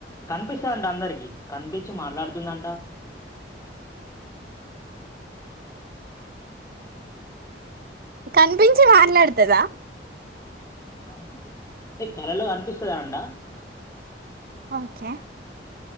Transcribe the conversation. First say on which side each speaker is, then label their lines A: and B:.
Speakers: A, on the left; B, on the right.
A: కనిపిస్తాంటఅందరికీ కంపిచ్చి మాట్లాడుతుందంట
B: కనిపించి మాట్లాడుతదా
A: అవును అంటే కలలో కనిపిస్తదన్నట
B: ఓకే